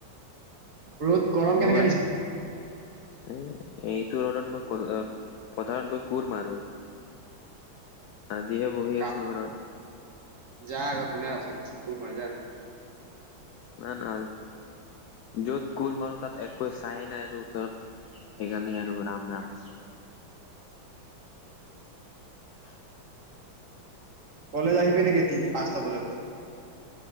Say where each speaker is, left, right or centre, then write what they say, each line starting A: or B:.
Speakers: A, on the right; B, on the left.
A: ৰ'দ গৰম
B: মোৰহে
A: কেনেকে দিছে?
B: এ এইটো ৰদত মই ক পথাৰত গৈ কোৰ মাৰো। আজিহে বহি
A: কাম
B: আছো ঘৰত।
A: যা আকৌ কোনে ৰখাই থৈছে কোৰ মাৰ যা।
B: না না য'ত কোৰ মাৰো তাত একো চাই নাই তো ওচৰত। সেইকাৰণে আৰু ৰাম ৰাম। <inaudible>
A: কলেজ আহিবি নেকি তিনি পাঁচটা বজাত।